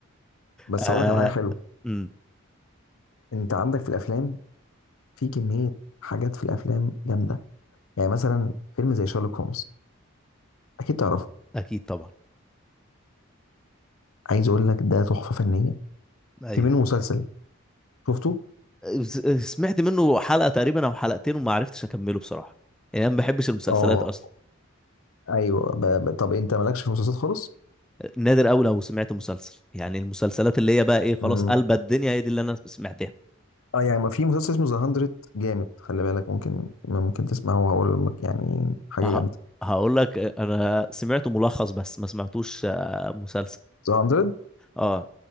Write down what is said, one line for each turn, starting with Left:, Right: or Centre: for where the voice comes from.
Left: بس
Centre: آه...
Left: اقول لك على حاجه حلوه
Centre: أمم،
Left: انت عندك في الافلام في كميه حاجات في الافلام جامده يعني مثلا فيلم زي شارلوك هومز اكيد تعرف
Centre: اكيد طبعا
Left: عايز اقول لك ده تحفه فنيه
Centre: ايوه
Left: في منه مسلسل شفته
Centre: س- سمعت منه حلقه تقريبا او حلقتين وما عرفتش اكمله بصراحه يعني انا ما بحبش المسلسلات
Left: اه
Centre: اصلا
Left: ايوه ب... ب... طب انت مالكش في المسلسلات خالص
Centre: نادر قوي لو سمعت مسلسل يعني المسلسلات اللي هي بقى ايه خلاص
Left: مم.
Centre: قلبت الدنيا هي دي اللي انا سمعتها
Left: اه يعني ما في مسلسل اسمه ذا 100 جامد خلي بالك ممكن ممكن تسمعه وهقول لك يعني حاجه
Centre: ه-
Left: جامده
Centre: هقول لك انا سمعت ملخص بس ما سمعتوش آه، مسلسل
Left: ذا 100
Centre: اه